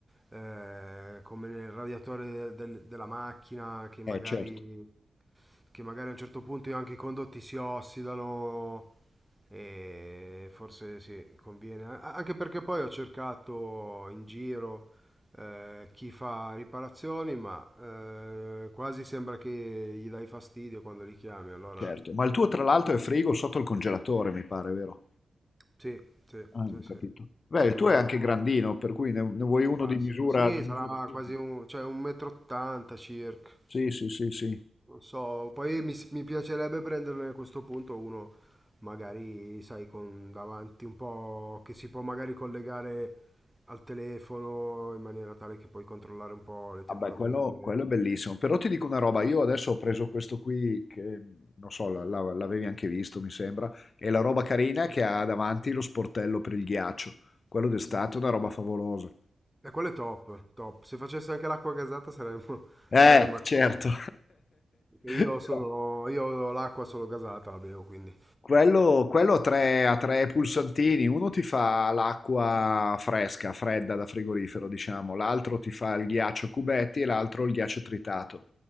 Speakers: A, in the centre; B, on the left.
A: eh, come nel radiatore del- della macchina, che magari,
B: Eh, certo,
A: che magari a un certo punto anche i condotti si ossidano e forse sì, conviene. A- Anche perché poi ho cercato in giro eh, chi fa riparazioni, ma eh, quasi sembra che gli dai fastidio quando li chiami, allora
B: certo. Ma il tuo, tra l'altro, è frigo sotto il congelatore, mi pare, vero?
A: sì, sì,
B: Ah, ho
A: sì,
B: capito.
A: sì.
B: Beh,
A: è Quello...
B: il tuo è anche grandino, per cui ne, ne vuoi uno
A: Classico.
B: di misura,
A: Sì,
B: di misura
A: sarà
B: simile.
A: quasi un, cioè un metro 80 circa.
B: Sì, sì, sì, sì.
A: Non so, poi mi, s- mi piacerebbe prenderne a questo punto uno, magari, sai, con davanti un po' che si può magari collegare al telefono in maniera tale che puoi controllare un po' le temperature.
B: Vabbè, quello, quello è bellissimo. Però ti dico una roba, io adesso ho preso questo qui che, non so, la- la- l'avevi anche visto, mi sembra, è la roba carina che ha davanti lo sportello per il ghiaccio. Quello d'estate è una roba favolosa.
A: E quello è top, top. Se facesse anche l'acqua gasata saremmo, <laughs>
B: Eh,
A: saremmo a cavallo.
B: certo.
A: Perché Io
B: <laughs>
A: sono, io ho l'acqua solo gasata, la bevo, quindi.
B: Quello, quello ha tre, ha tre pulsantini, uno ti fa l'acqua fresca, fredda da frigorifero, diciamo, l'altro ti fa il ghiaccio a cubetti e l'altro il ghiaccio tritato.